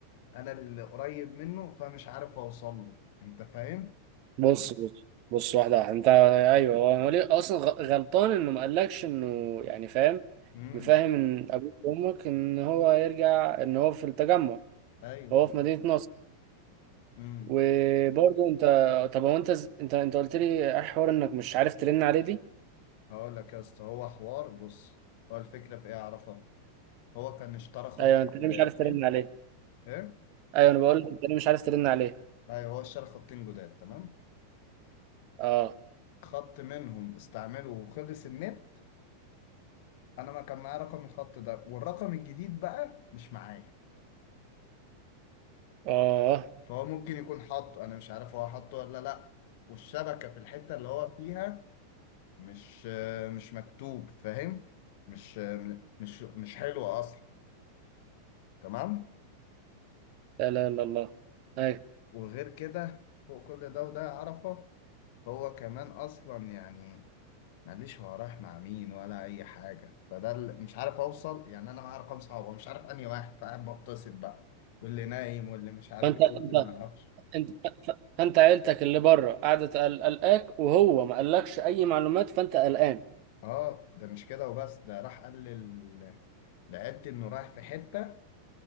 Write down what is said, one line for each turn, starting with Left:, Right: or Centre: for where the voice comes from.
Left: انا اللي قريب منه فمش عارف اوصل له انت فاهم؟
Right: بص بص بص واحده واحده انت ايوه هو هو ليه اصلا غ- غلطان انه ما قالكش انه يعني فاهم
Left: مم.
Right: مفهم ان ابوك وامك ان هو يرجع ان هو في التجمع
Left: ايوه
Right: هو في مدينه نصر
Left: امم
Right: وبرضه انت طب هو انت ز- انت انت قلت لي ايه حوار انك مش عارف ترن عليه دي
Left: هقول لك يا اسطى هو حوار بص هو الفكره في ايه اعرفها هو كان اشترى خطين
Right: ايوه انت ليه
Left: جداد
Right: مش عارف
Left: حلو
Right: ترن عليه
Left: ايه
Right: ايوه انا بقول لك انت ليه مش عارف ترن عليه
Left: ايوه هو اشترى خطين جداد تمام
Right: اه
Left: خط منهم استعمله وخلص النت انا ما كان معايا رقم الخط ده والرقم الجديد بقى مش معايا
Right: اه
Left: فهو ممكن يكون حاطه انا مش عارف هو حاطه ولا لا والشبكه في الحته اللي هو فيها مش مش مكتوب فاهم مش مش مش حلوه اصلا تمام
Right: لا لا لا الله ايوه
Left: وغير كده فوق كل ده وده عرفة هو كمان أصلا يعني ماليش هو رايح مع مين ولا أي حاجة فده اللي مش عارف أوصل يعني أنا معايا أرقام صعبة مش عارف أنهي واحد فقاعد بتصل بقى واللي نايم واللي مش عارف
Right: فانت
Left: إيه واللي
Right: انت
Left: ما أعرفش
Right: انت ف- فانت عيلتك اللي بره قاعده تقل- قلقاك وهو ما قالكش اي معلومات فانت قلقان
Left: أه ده مش كده وبس ده راح قال لل- لعيلتي إنه رايح في حتة